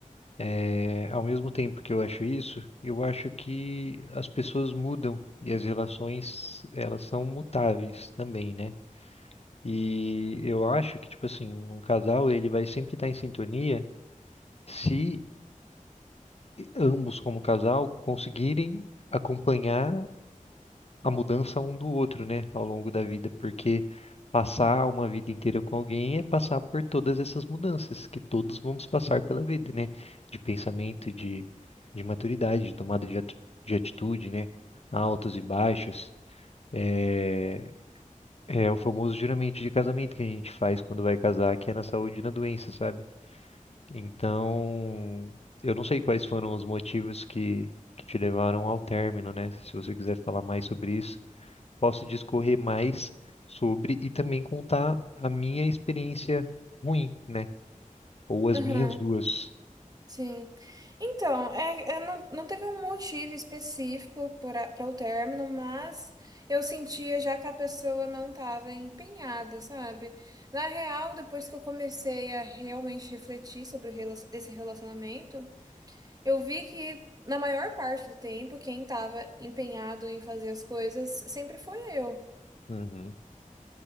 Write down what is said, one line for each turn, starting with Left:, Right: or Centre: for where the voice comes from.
Left: é, ao mesmo tempo que eu acho isso, eu acho que as pessoas mudam e as relações, elas são mutáveis também, né? E eu acho que, tipo assim, um casal, ele vai sempre estar em sintonia se ambos, como casal, conseguirem acompanhar a mudança um do outro, né, ao longo da vida, porque passar uma vida inteira com alguém é passar por todas essas mudanças que todos vamos passar pela vida, né, de pensamento, de, de maturidade, de tomada de, ati- de atitude, né, altos e baixos. É, é o famoso juramento de casamento que a gente faz quando vai casar, que é na saúde e na doença, sabe? Então, eu não sei quais foram os motivos que, que te levaram ao término, né? Se você quiser falar mais sobre isso posso discorrer mais sobre e também contar a minha experiência ruim, né? Ou as
Right: Aham,
Left: minhas duas.
Right: sim. Então, é, é, não, não teve um motivo específico para o término, mas eu sentia já que a pessoa não estava empenhada, sabe? Na real, depois que eu comecei a realmente refletir sobre o rela- esse relacionamento, eu vi que, na maior parte do tempo, quem estava empenhado em fazer as coisas sempre foi eu.
Left: Uhum.